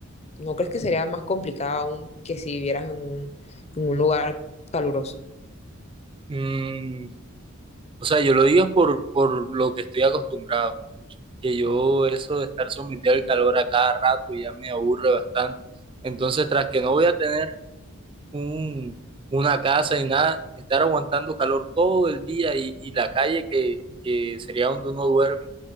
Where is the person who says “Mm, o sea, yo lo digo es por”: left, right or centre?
Right